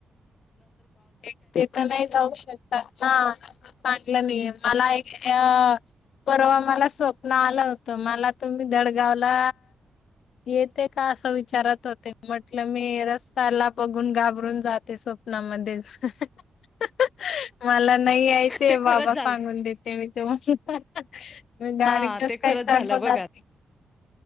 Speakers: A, on the left; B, on the left.
A: एकटी तं नाय जाऊ शकत ना, तसं चांगल नाय. मला एक अ परवा मला स्वप्न आलं होतं. मला तुम्ही दडगावला येते का? असं विचारत होते म्हटलं मी रस्त्याला बघून घाबरून जात. ते स्वप्नामध्ये. रिकामा ऑडिओ मला नाही यायचे
B: ते
A: बाबा
B: खरंच
A: सांगून
B: झालं
A: देते मी. तुम्हांला मी गाडीतच
B: हा ते
A: काय
B: खरंच
A: चढणार
B: झालं बघ आज
A: नही.